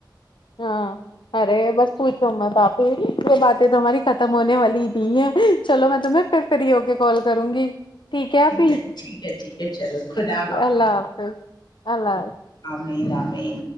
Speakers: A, on the left; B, on the left.
A: ہاں ارے بس پوچھو مت آپی یہ باتیں تو ہماری ختم ہونے والی نہے چلو میں تمیں پھر فری ہو کے کال کروں گی ٹھیک ہےپ ی
B: ہے ٹھیک ہے ٹھیک ہے چلو خدا حافظ
A: اللہ حافظ اللہ حافظ
B: مین امین